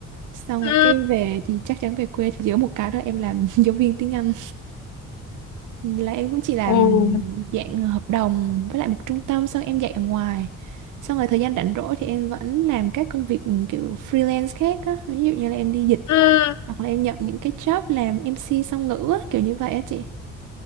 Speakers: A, on the right; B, on the left.
A: xong
B: ừ
A: rồi cái về thì chắc chắn về quê thì giữa một cái đó em làm <laughs> giáo viên tiếng Anh là em cũng chỉ làm
B: ừ
A: dạng hợp đồng với lại một trung tâm xong em dạy ở ngoài xong rồi thời gian rảnh rỗi thì em vẫn làm các công việc ừ, kiểu freelance khác á ví dụ như là em đi dịch
B: ừ,
A: hoặc là em nhận những cái job làm MC song ngữ á, kiểu như vậy á chị